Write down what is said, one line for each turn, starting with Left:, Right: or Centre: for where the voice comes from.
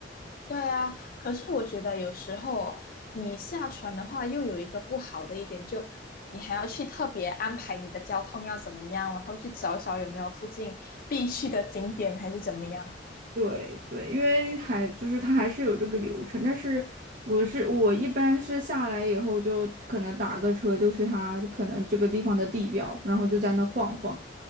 Left: 对啊，可是我觉得有时候哦你下船的话，又有一个不好的一点，就你还要去特别安排你的交通要怎么样，然后去找找有没有附近必去的景点还是怎么样。
Right: 对对，因为还就是它还是有这个流程，但是我是我一般是下来以后就可能打个车就去它可能这个地方的地标，然后就在那晃晃，